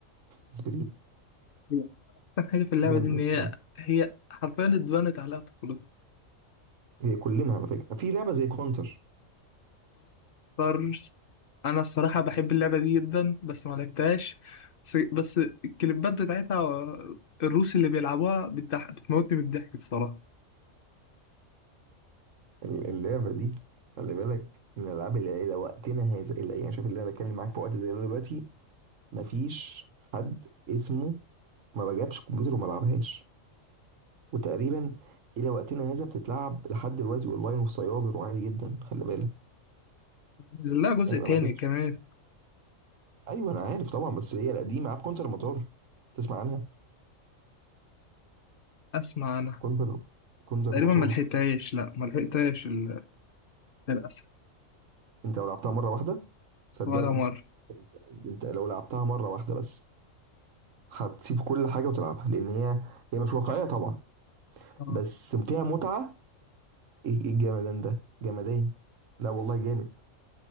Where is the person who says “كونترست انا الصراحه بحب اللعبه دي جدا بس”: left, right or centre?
Left